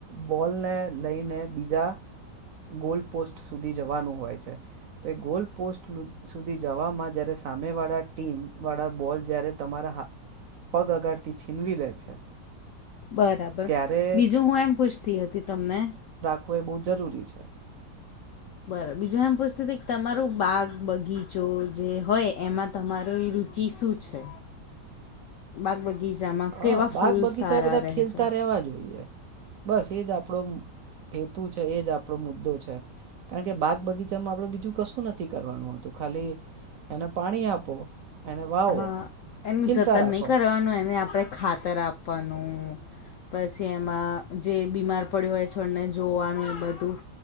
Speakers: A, on the right; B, on the left.
A: બોલને લઈને બીજા ગોલ પોસ્ટ સુધી જવાનું હોય છે. તો ગોલ પોસ્ટ સુધી જવામાં જયારે સામે વાળા ટીમ વાળા બોલ જ્યારે તમારા હાથ પગ આગળથી છીનવી લે છે.
B: બરાબર
A: ત્યારે
B: બીજું હું એમ પૂછતી હતી તમને
A: તો એ બહુ જરૂરી છે.
B: બરાબર બીજું એમ પૂછતું તમારું બાગ બગીચો જે હોય એમાં તમારો એ રુચિ શું છે? બાગ બગીચામાં
A: હા
B: કેવા
A: બાગ
B: ફૂલ
A: બગીચા
B: સારા
A: બધા
B: રહે
A: ખેલતા
B: છે
A: રેવા જોઈએ. બસ એજ આપણો હેતુ છે એજ આપણો મુદ્દો છે. કારણ કે બાગ બગીચામાં આપડે બીજું કશું નથી કરવાનું હતું ખાલી એને પાણી આપો એને વાવો
B: હા એનું
A: ખીલતા
B: જતન
A: રાખો
B: નહીં કરવાનું એને આપણે ખાતર આપવાનું. પસી એમાં જે બીમાર પડ્યું હોય છોડને જોવાનું એ બધું